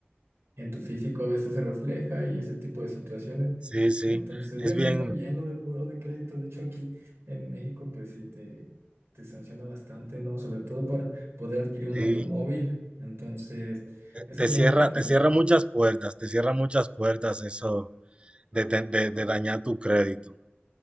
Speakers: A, on the right; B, on the right.
A: en tu físico a veces se refleja y ese tipo de situaciones.
B: sí, sí.
A: Entonces,
B: Es
A: yo entiendo
B: bien,
A: bien lo del buró de crédito. De hecho, aquí en México, pues sí, te, te sanciona bastante, ¿no? Sobre todo para poder adquirir un
B: sí.
A: automóvil. Entonces, esa
B: Te
A: es la
B: cierra,
A: única parte.
B: te cierra muchas puertas, te cierra muchas puertas eso de, te- de- de dañar tu crédito.